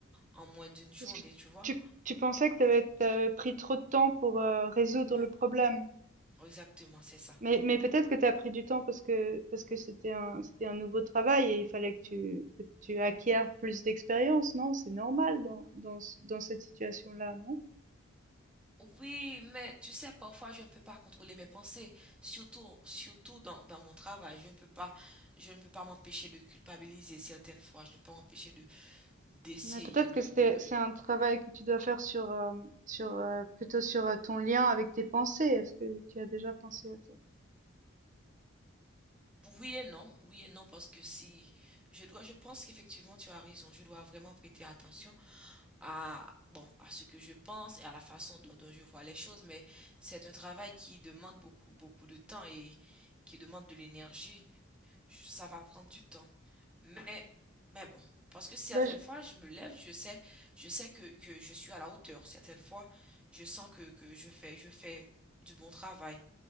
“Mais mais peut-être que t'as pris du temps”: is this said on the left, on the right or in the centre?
Right